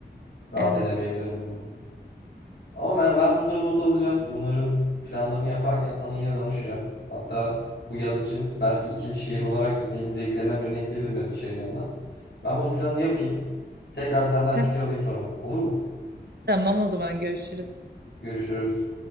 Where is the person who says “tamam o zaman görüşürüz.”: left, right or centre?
Right